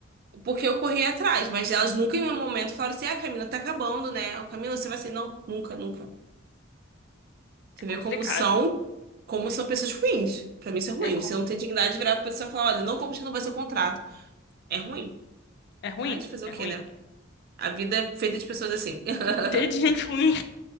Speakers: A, on the right; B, on the left.
A: porque eu corri atrás, mas elas nunca em nenhum momento falaram assim: ah, Camila, tá acabando, né? O Camila, você vai assim, não, nunca, nunca. Você
B: É
A: vê
B: complicado.
A: como são, como são pessoas ruins. Pra mim isso é ruim.
B: É, com...
A: Você não tem dignidade de virar pra pessoa e falar: olha, não vamos renovar seu contrato. É ruim.
B: é ruim,
A: Mas fazer
B: é
A: o quê,
B: ruim.
A: né? A vida é feita de pessoas assim. <laughs>
B: Ter de gente ruim.